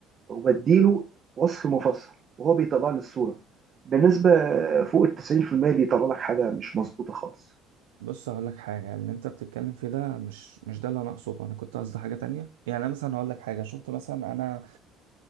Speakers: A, on the right; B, on the right.
A: وبديله وصف مفصل وهو بيطلع لي الصوره بالنسبه فوق ال 90% بيطلع لك حاجه مش مظبوطه خالص
B: بص هقول لك حاجه اللي انت بتتكلم فيه ده مش مش ده اللي انا اقصده انا كنت قصدي حاجه تانية يعني انا مثلا هقول لك حاجه شفت مثلا انا